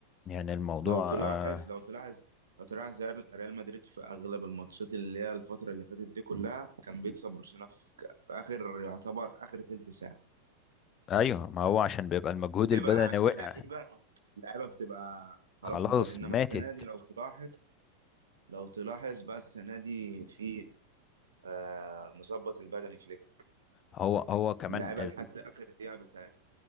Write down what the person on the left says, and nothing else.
يعني الموضوع
آه
ايوه ما هو عشان بيبقى المجهود
البدني
وقع
خلاص
ماتت
هو هو كمان